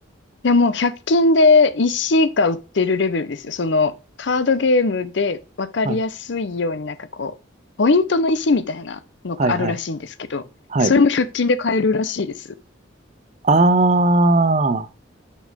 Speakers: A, on the left; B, on the right.
A: いや、もう100均で石が売ってるレベルですよ。その、カードゲームで分かりやすいようになんかこう、
B: はい。
A: ポイントの石みたいなのがあるらしいんですけど、
B: はい。はい。はい。
A: それも100均で買えるらしいです。
B: あ